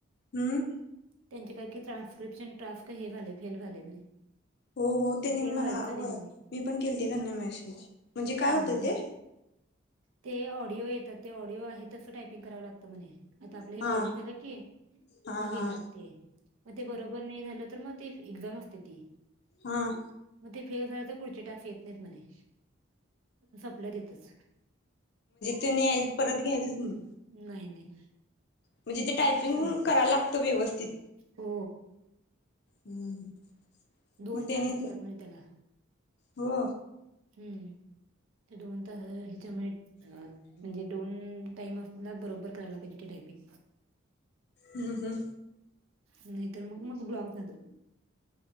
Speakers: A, on the left; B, on the right.
A: हम्म
B: त्यांचे काही की ट्रान्स्क्रिप्शन टास्क हे झालय फेल्ड झालय म्हणे
A: हो हो
B: ते
A: तेनी
B: फेल व्हायचं
A: मला
B: नाही
A: व
B: म्हणे
A: मी पण केलते त्यांना मेसेज म्हणजे काय
B: हा
A: होतय ते
B: ते ऑडिओ येतात ते ऑडिओ आहेत तस टायपिंग करावं लागतं म्हणे आता आपलं हे
A: हा
B: कॉलिंग झालं की
A: हा
B: मग येतात
A: हा
B: ते मग ते बरोबर नाही झालं तर मग ते एक्झाम असतं ते
A: हां
B: मग ते फेल झालं तर पुढचे टास्क येत नाहीत म्हणे संपलं तितच
A: ते नाही परत घ्यायचंच नाही
B: नाही नाही
A: म्हणजे ते टायपिंग
B: संपलं
A: करायला लागतं व्यवस्थित
B: हो
A: हम्म
B: दोन
A: मग त्याने
B: चान्स असतात म्हणे त्याला
A: हो
B: हम्म ते दोन तास हच्यामुळे <unintelligible> म्हणजे दोन टाइम आपल्याला बरोबर करायला पाहिजे ते टायपिंग
A: हम हम
B: नाही तर मग मग ब्लॉक जातं